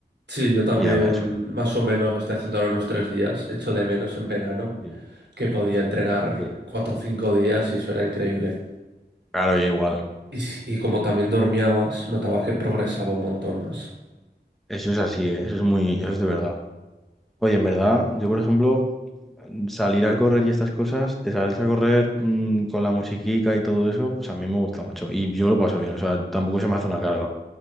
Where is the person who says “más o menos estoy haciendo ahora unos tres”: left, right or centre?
Right